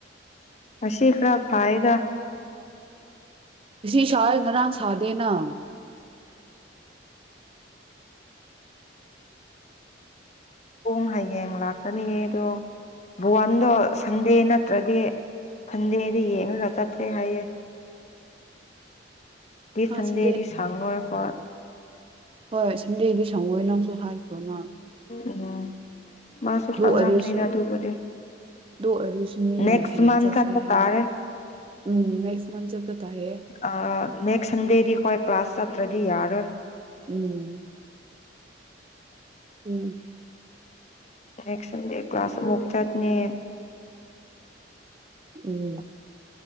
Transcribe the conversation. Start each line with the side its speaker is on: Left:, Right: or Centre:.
Left: ꯑꯁꯤ ꯈꯔ ꯐꯥꯏꯗ
Right: ꯉꯁꯤ ꯁꯥꯏ ꯉꯔꯥꯡ ꯁꯥꯥꯗꯦꯅ
Left: ꯄꯨꯡ ꯍꯌꯦꯡ ꯂꯥꯛꯀꯅꯤꯌꯦ ꯑꯗꯣ ꯚꯨꯋꯥꯟꯗꯣ ꯁꯟꯗꯦ ꯅꯠꯇ꯭ꯔꯗꯤ ꯁꯟꯗꯦꯗ ꯌꯦꯡꯔꯒ ꯆꯠꯁꯦ ꯍꯥꯏꯌꯦ <unintelligible>
Right: ꯍꯥ
Left: ꯁꯟꯗꯦꯗꯤ
Right: ꯁꯟꯗꯦ
Left: ꯁꯥꯉꯣꯏ ꯑꯈꫭꯏ
Right: ꯍꯣꯏ ꯁꯟꯗꯦꯗꯤ ꯁꯪꯉꯣꯏ ꯅꯪꯁꯨ ꯍꯥꯏꯈ꯭ꯔꫭꯅ
Left: ꯎꯝ ꯃꯥꯁꯨ ꯈꯪꯉꯝꯅꯤꯗ
Right: ꯑꯣꯏꯔꯁꯨ
Left: ꯑꯗꯨꯕꯨꯗꯤ
Right: ꯑꯗꯨ ꯑꯣꯏꯔꯁꯨ ꯃꯤꯅ
Left: ꯅꯦꯛꯁ
Right: ꯍꯌꯦꯡ
Left: ꯃꯟꯊ
Right: ꯆꯠꯁꯦ
Left: ꯆꯠꯄ
Right: ꯍꯥꯏꯅ
Left: ꯇꯥꯔꯦ
Right: ꯎꯝ ꯅꯦꯛꯁ ꯃꯟ ꯆꯠꯄ ꯇꯥꯏꯌꯦ
Left: ꯑ ꯅꯦꯛꯁ ꯁꯟꯗꯦꯗꯤ ꯈꫭꯏ ꯀ꯭ꯂꯥꯁ ꯆꯠ ꯇ꯭ꯔꯗꯤ ꯌꯥꯔꫭꯏ
Right: ꯎꯝ ꯎꯝ
Left: ꯅꯦꯛꯁ ꯁꯟꯗꯦ ꯀ꯭ꯂꯥꯁ ꯑꯃꯨꯛ ꯆꯠꯅꯤ
Right: ꯎꯝ